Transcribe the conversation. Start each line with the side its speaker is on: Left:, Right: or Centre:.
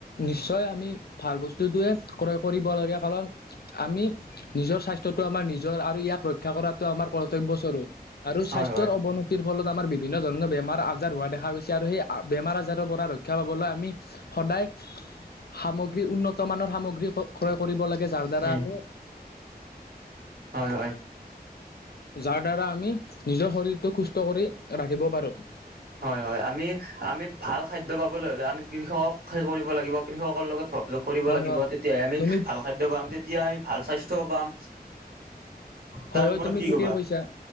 Left: নিশ্চয় আমি ভাল বস্তুটোৱে ক্ৰয় কৰিব লাগে। কাৰণ আমি নিজৰ স্বাস্থ্যটো আমাৰ নিজৰ, আৰু ইয়াক ৰক্ষা কৰাত -তো আমাৰ কৰ্তব্যস্বৰূপ। আৰু
Right: হয়
Left: স্বাস্থ্যৰ
Right: হয়
Left: অৱনতিৰ ফলত আমাৰ বিভিন্ন ধৰণৰ বেমাৰ-আজাৰ হোৱা দেখা গৈছ -ছে আৰু সেই বেমাৰ-আজাৰৰ পৰা ৰক্ষা পাবলৈ আমি সদায় সামগ্ৰী, উন্নতমানৰ সামগ্ৰী ক্ৰ- ক্ৰয় কৰিব লাগে। যাৰ দ্বাৰা
Right: উম
Left: আমি
Right: হয়। হয়।
Left: যাৰ দ্বাৰা আমি নিজৰ শৰীৰটো সুস্থ কৰি ৰাখিব পাৰোঁ।
Right: হয়, হয় আমি আমি ভাল খাদ্য পাবলৈ হ'লে আমি কৃষকক, সেই কৰিব লাগিব কৃষকৰ লগত লগ কৰিব
Left: হয়
Right: লাগিব
Left: হয়
Right: তেতিয়াহে আমি
Left: তুমি
Right: ভাল খাদ্য পাম, তেতিয়া আমি ভাল স্বাস্থ্যও পাম।
Left: হয়,
Right: তাৰ
Left: হয়,
Right: ওপৰত
Left: তুমি
Right: কি
Left: ঠিকেই
Right: কবা
Left: কৈছা।